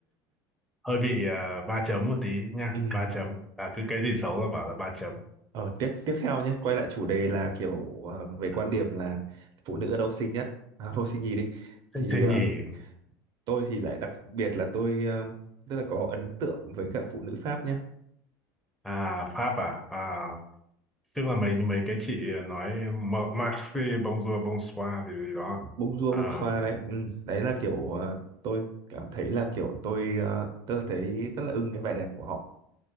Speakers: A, in the centre; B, on the right.
A: hơi bị ờ, ba chấm một tí nha
B: ừ.
A: ba chấm à, cứ cái gì xấu là bảo là ba chấm
B: Ờ, tiếp tiếp theo nhé quay lại chủ đề là kiểu à, về quan
A: à,
B: điểm là phụ nữ ở đâu xinh nhất à, thôi xinh nhì đi
A: Sinh
B: thì
A: sinh
B: à,
A: nhỉ
B: tôi thì lại đặc biệt là tôi à, tức là có ấn tượng với cả phụ nữ Pháp nhé
A: à Pháp à à tức là mấy mấy cái chị nói Marxi bonjour bonsoir gì gì đó
B: bông dua
A: à
B: bông xoa đấy ừ. đấy là
A: ừ,
B: kiểu ờ, tôi cảm thấy là kiểu tôi ờ, tức là thấy rất là ưng cái vẻ đẹp của họ